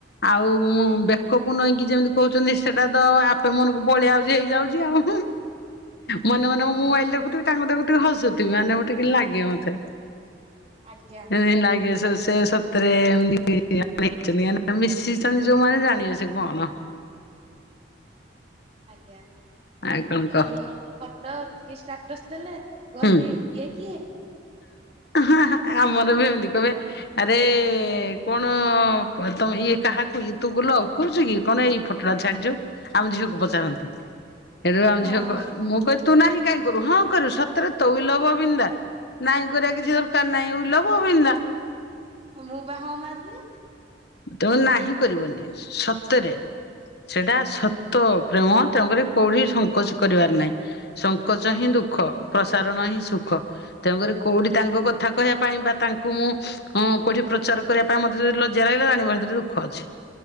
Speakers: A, on the left; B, on the right.
A: ଆଉଁ ବେକକୁ ନେଇକି ଯେମିତି କହୁଛନ୍ତି ସେଟା ତ ଆ ତମେ ମନକୁ ପଳେଇଆଉଛି ହେଇଯାଉଛି ଆଉ। ମନେ ମନେ ମୁଁ ମୋବାଇଲ ଦେଖୁଥିବି ତାଙ୍କୁ ଦେଖୁଥିବି ହସଥିବ ମାନେ ଗୋଟେ କେମିତି ଲାଗିବେ ମତେ।
B: ଆଜ୍ଞା
A: ହଁ ଲାଗି ସେ ସେ <unintelligible> ମିଶିଛନ୍ତି ଯୋଉମାନେ ଜାଣିବ ସେ କଣ
B: ଆଜ୍ଞା
A: ଆଉ କଣ
B: ମୁ
A: କହ
B: ଫଟୋ କି ଷ୍ଟାଟସ୍ ଦେଲେ କୁହନ୍ତି।
A: ହୁଁ।
B: ଇଏ କିଏ?
A: ହଁ ଆମର ବି ଏମିତି କହିବେ। ଆରେ କଣ ତମ ଇଏ? କାହାକୁ ତୁ ଗୁଲ କରୁଛୁ କି କଣ ଏଇ ଫଟୋଟା ଛାଡିଛୁ। ଆମ ଝିଅକୁ ପଚାରନ୍ତି ଏବେ ଆମ
B: ହଁ
A: ଝିଅକୁ ମୁଁ କହିଛି ତୁ ନାହିଁ କାଇହିଁ କରୁ ହଁ କରିବୁ ସତରେ ତୋ ଲବ ବିିନ୍ଦା। ନାଇଁ କରିବା କିଛି ଦରକାର ନାହିଁ ଉଲଭ ବିନ୍ଦା।
B: ମୁଁ ବା ହଁ ମାରିବି।
A: ତେଣୁ ନାହିଁ କରିବନି ସତରେ ସେଇଟା ସ ତ ପ୍ରେମ ତାଙ୍କରି କୋଉଠି ସଙ୍କୋଚ କରିବାର ନାହିଁ। ସଙ୍କୋଚ ହିଁ ଦୁଃଖ ପ୍ରସାରଣ ହିଁ ସୁଖ। ତେଣୁକରି କୋଉଠି ତାଙ୍କ କଥା କହିବା ପାଇଁ ବା ତାଙ୍କୁ ମୁଁଁ କୋଉଠି ପ୍ରଚାର କରିବା ପାଇଁ ମତେ ଯଦି ଲ ଜାଲାଇଲେ ଜାଣିବ ସେଥିରେ ଦୁଃଖ ଅଛି।